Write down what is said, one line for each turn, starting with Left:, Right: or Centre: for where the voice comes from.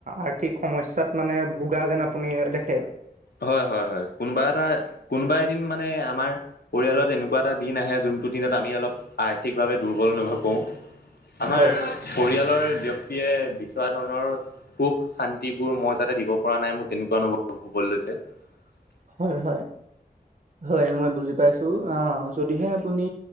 Right: আৰ্থিক সমস্যাত মানে ভোগা যেন আপুনি দেখে।
Left: হয় হয় হয় কোনোবা এটা কোনোবা এদিন মানে আমাৰ। পৰিয়ালত এনেকুৱা এটা দিন আহে যোনটো দিনত আমি অলপ আৰ্থিকভাৱে দুৰ্বল অনুভৱ কৰো। আমাৰ
Right: হয়
Left: পৰিয়ালৰ ব্য্ক্তিয়ে বিশ। থা, ধৰণৰ সুখ শান্তিবোৰ মই যাতে দিব পৰা নাই মোৰ তেনেকুৱা অনুভৱ হ'বলৈ লৈছো। <unintelligible>
Right: হয় হয় হয় মই বুজি পাইছো আহ যদিহে আপুনি।